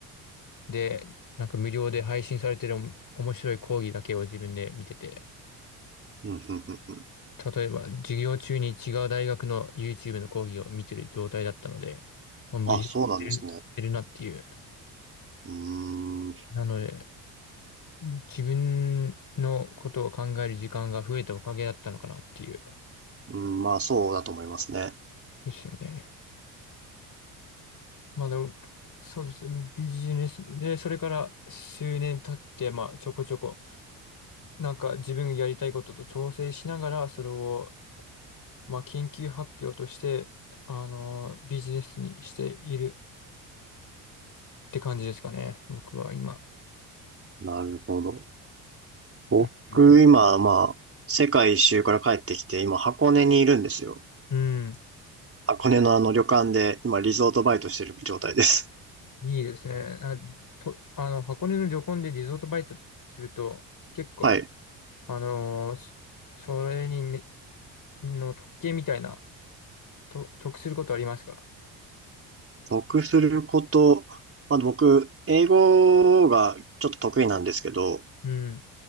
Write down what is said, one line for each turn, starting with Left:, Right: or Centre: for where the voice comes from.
Left: で、なんか無料で配信されてる面白い講義だけを自分で見てて、
Right: うん、うん、うん、うん。
Left: 例えば、授業中に違う大学の YouTube の講義を見てる状態だったので、もう無事にしてる、
Right: あ、そうなんですね。
Left: してるなっていう。
Right: うーん、う
Left: なので、自分のことを考える時間が増えたおかげだったのかなっていう。
Right: んまあそうだと思いますね。
Left: ですよね。まあでも、そうですね。ビジネスで、それから数年経って、まあちょこちょこ、なんか自分がやりたいことと調整しながら、それを、まあ研究発表として、あの、ビジネスにしている。って感じですかね。僕は今。
Right: なるほど。僕、
Left: うん
Right: 今、まあ、世界一周から帰ってきて、今、箱根にいるんですよ。
Left: うん。うん。
Right: 箱根のあの旅館で、今、リゾートバイトしてる状態です。
Left: いいですね。あと、あの、箱根の旅行でリゾートバイトすると、結構、
Right: <laughs> はい。
Left: あのーそそれにめ、の特権みたいな、と、得することありますか
Right: 得すること、まあ僕、英語がちょっと得意なんですけど、
Left: うん。